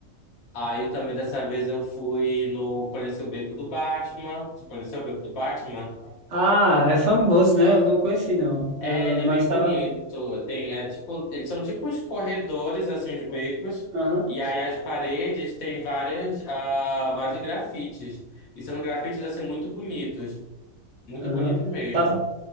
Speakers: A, on the left (about 80°); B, on the right (about 55°).
A: Aí também dessa vez eu fui no. Conheci o Beco do Batman. Tu conheceu o Beco do Batman?
B: Ah, é famoso, né? Eu não conheci, não.
A: É,
B: Eu-
A: ele
B: mas
A: é bem
B: estava.
A: bonito. Tem, é, tipo, eles são tipo os corredores, assim, os becos.
B: Aham,
A: E aí as paredes têm várias, ah, vários grafites. E são grafites, assim, muito bonitos. Muito
B: aham.
A: bonitos mesmo.
B: Tava,